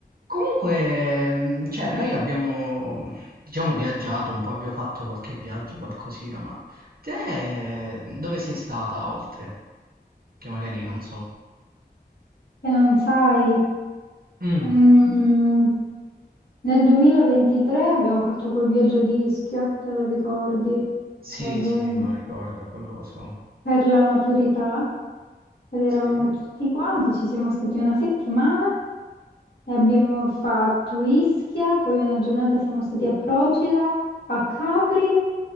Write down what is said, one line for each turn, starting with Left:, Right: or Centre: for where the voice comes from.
Right: Comunque, mm, cioè, noi abbiamo, diciamo, viaggiato un po', abbiamo fatto qualche viaggio, qualcosina, ma te mm, dove sei stata oltre? Che magari non so.
Left: Che non sai,
Right: Mm,
Left: ehm, nel 2023 abbiamo fatto quel viaggio di Ischia, te lo ricordi,
Right: sì,
Left: per, ehm,
Right: sì, me lo ricordo, quello lo so.
Left: per la maturità ed eravamo
Right: Sì? Eh
Left: tutti quanti, ci siamo stati una settimana e abbiamo fatto Ischia, poi una giornata siamo stati a Procida, a Capri